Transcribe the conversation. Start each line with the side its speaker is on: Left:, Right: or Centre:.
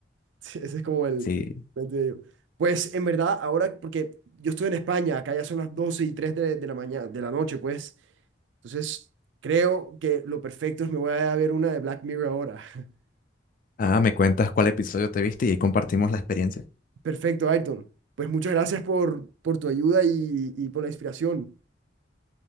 Right: Sí, ese es como el...
Left: Sí.
Right: el de ello. Pues en verdad, ahora, porque yo estoy en España, acá ya son las doce y tres de, de la mañana, de la noche, pues. Entonces, creo que lo perfecto es me voy a ver una de Black Mirror ahora. <laughs>
Left: Ah, me cuentas cuál episodio te viste y ahí compartimos la experiencia.
Right: Perfecto, Ayrton. Pues muchas gracias por, por tu ayuda y, y por la inspiración.